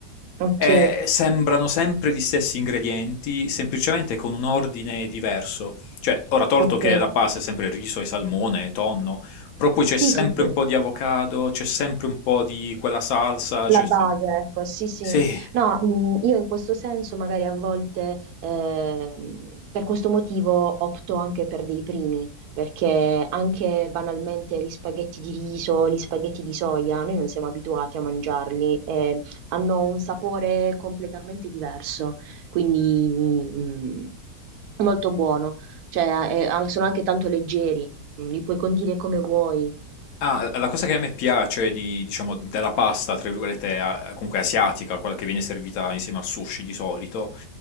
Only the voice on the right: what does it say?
ok,
ok.
Sì,
sì, sì.
La base,
ecco, sì, sì.
No, mh, io in questo senso magari a volte ehm, per questo motivo opto anche per dei primi, perché anche banalmente gli spaghetti di riso, gli spaghetti di soia, noi non siamo abituati a mangiarli e hanno un sapore completamente diverso, quindi mh, molto buono. Cioè, eh, eh, sono anche tanto leggeri, li puoi condire come vuoi,